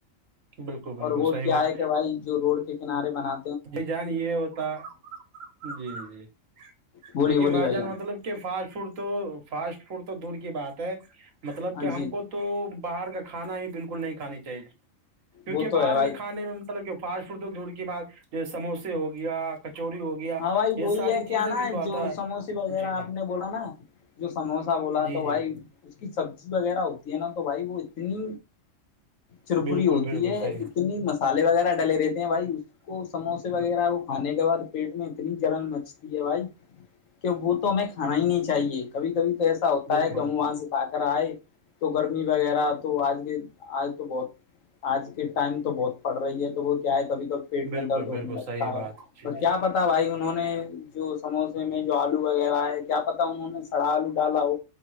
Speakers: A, on the right (about 75°); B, on the left (about 80°).
A: بالکل بالکل
B: اور وہ
A: صحی
B: کیا
A: بات
B: ہے کہ بھائی جو روڈ کے کنارے بنا
A: بھائی جان یہ ہوتا جی جی
B: بولیے
A: دیکھیے
B: بولیے
A: بھائی
B: بھیا
A: جان مطلب کہ فاسٹ فوڈ تو فاسٹ فوڈ تو دور کی بات ہے مطلب
B: ہاں
A: کہ ہم
B: جی
A: کو تو باہر کا کھانا ہی بالکل نہیں کھانی چاہیے کیونکہ
B: وہ
A: باہر
B: تو ہے بھائی
A: کے کھسنے میں مطلب کیوں فاسٹ فوڈ تو دور کے بعد جو سموسے ہو گیا کچوری ہو گیا
B: ہاں بھائی
A: یہ
B: وہی
A: ساری
B: ہے
A: چیزیں
B: کہ آنا
A: بھی
B: ہے
A: تو آتا
B: جو سموسے وغیرہ
A: جی جی
B: آپ نے بولا نا جو سموسا بولا
A: جی
B: تو
A: جی
B: بھائی اس کی سبزی وغیرہ ہوتی ہے نا تو بھائی وہ اتنی چرپری
A: بالکل
B: ہوتی
A: بالکل
B: ہے
A: صحیح
B: اتنی مست مسالے وغیرہ ڈلے رہتے ہیں بھائی اس کو سموسے وغیرہ کو کھانے کے بعد پیٹ میں اتنی جلن مچتی ہے بھائی کہ وہ تو ہمیں کھانا ہی نہیں چاہیے کبھی کبھی تو ایسا ہوتا
A: بالکل
B: ہے کہ ہم وہاں سے کھا کر آئے تو گرمی وغیرہ تو آج کے آج تو بہت آج کے ٹائم تو بہت پڑ رہی ہے تو وہ کیا ہے کبھی کبھی پیٹ
A: بالکل
B: میں درد ہونے
A: بالکل
B: لگتا
A: صحیح بات
B: ہے
A: جی
B: تو
A: جی
B: کیا پتا بھائی انہوں نے جو سموسے میں جو آلو وغیرہ ہے کیا پتا انہوں نے سڑا آلو ڈالا ہو